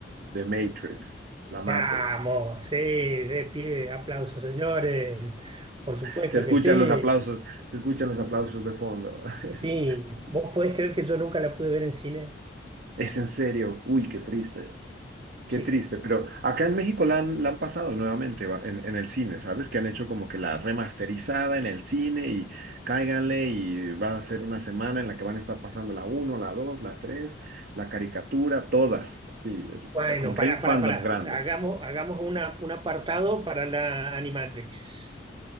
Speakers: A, on the right (about 60°); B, on the right (about 25°).
A: de Matrix, la Matrix.
B: Vamos, sí, de pie, aplausos, señores. Por supuesto
A: Se escuchan
B: que sí.
A: los aplausos, se escuchan los aplausos de fondo. <laughs>
B: Sí, vos podés creer que yo nunca la pude ver en cine.
A: Es en serio, uy, qué triste, qué
B: Sí.
A: triste, pero acá en México la han, la han pasado nuevamente va- en, en el cine, ¿sabes? Que han hecho como que la remasterizada en el cine y cáiganle y va a ser una semana en la que van a estar pasando la uno la dos la tres la caricatura, toda. Sí, es
B: Bueno,
A: eh, como que
B: pará,
A: hay un
B: pará,
A: fandom
B: pará.
A: grande.
B: Hagamos, hagamos una, un apartado para la Animatrix.